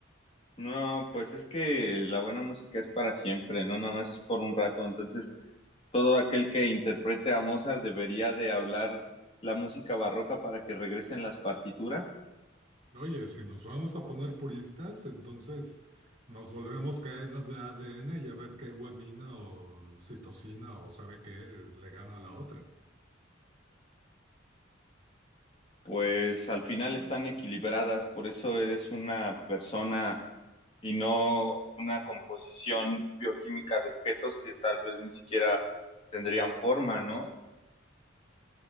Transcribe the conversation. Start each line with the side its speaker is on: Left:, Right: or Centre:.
Left: No, pues es que la buena música es para siempre, no nada más es por un rato. Entonces, todo aquel que interprete a Mozart debería de hablar la música barroca para que regresen las partituras.
Right: Oye, si nos vamos a poner puristas, entonces nos volvemos cadenas de ADN y a ver qué guamina o citosina o sabe qué le gana a la otra.
Left: pues al final están equilibradas, por eso eres una persona y no una composición bioquímica de objetos que tal vez ni siquiera tendrían forma, ¿no?